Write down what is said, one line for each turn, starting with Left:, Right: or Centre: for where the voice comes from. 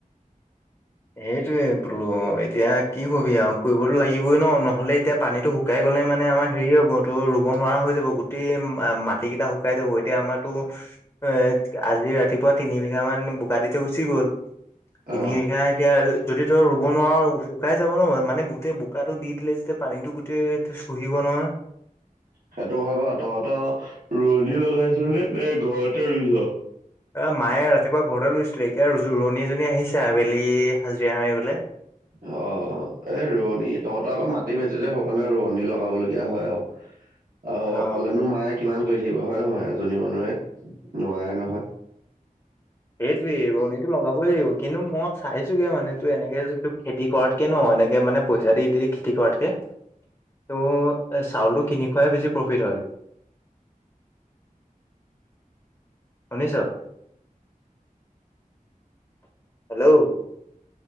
Left: সেইটোৱে। বোলো এতিয়া কি কবি আৰু কৰিবতো লাগিবই ন নহলে এতিয়া পানীতটো শুকাই গলে মানে আমাৰ হেৰি। তো ৰুব নোৱাৰা হৈ যাব গোটেই মাটি কেইটা শুকাই যাব এতিয়া আমাৰতো এ। আজি ৰাতিপুৱা তিনি বিঘা মান বোকা দিতে গুচি গ'ল তিনি
Right: অ
Left: বিঘা এতিয়া আৰু। যদি তই ৰুব নোৱাৰ শুকাই যাব ন মানে গোটেই বোকাটো দি দিলে যেতিয়া পানীটো গোটেই চুহিব ন <unintelligible>
Right: সেইটো হয় বাও তহঁতৰ ৰোৱনী লগাইছ নে নে ঘৰতে ৰুইছ
Left: অ মায়ে ৰাতিপুৱা ঘৰতে ৰুইছিলে এতিয়া ৰোৱনি এজনী আহিছে আবেলি, হাজিৰা মাৰিবলে
Right: অ এ ৰোৱনী তহতৰ আকৌ মাটি বেছি যে সেইকাৰণে ৰোৱনী লগাবলগীয়া হয় আৰু
Left: অ
Right: অকলে নো মায়ে কিমান কৰি থাকিব হয় নহয় এজনী মানুহে নোৱাৰে নহয়
Left: সেইটোয়ে ৰোৱনীনিটো লগাবই লাগিব কিন্তু মই চাইছোগে মানে তোৰ এনেকে ত খেতি কৰাতকে ন এনেকে মানে পইচা দি দি খেতি কৰাতকে ত চাউলটো কিনি খুৱাই বেছি প্ৰফিট হয় শুনিছ? হেল্ল'